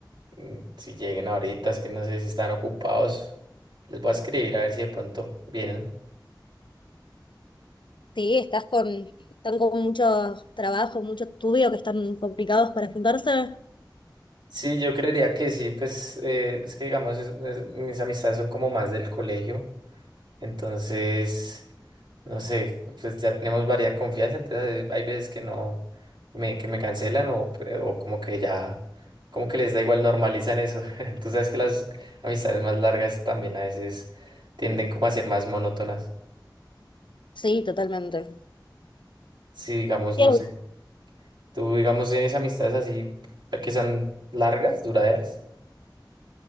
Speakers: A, on the right; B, on the left.
A: mm, si lleguen ahorita, es que no sé si están ocupados, les voy a escribir a ver si de pronto vienen.
B: Sí, estás con, están con mucho trabajo, mucho estudio, que están complicados para juntarse.
A: Sí, yo creería que sí, pues eh, es que digamos, es- es- mis amistades son como más del colegio, entonces... No sé, pues ya tenemos varias confianza, entonces hay veces que no, me, que me cancelan o, o como que ya, como que les da igual, normalizan eso. <laughs> Tú sabes que las amistades más largas también a veces tienden como a ser más monótonas.
B: Sí, totalmente.
A: Si digamos,
B: Bien.
A: no sé, tú digamos tienes amistades así que sean largas, duraderas.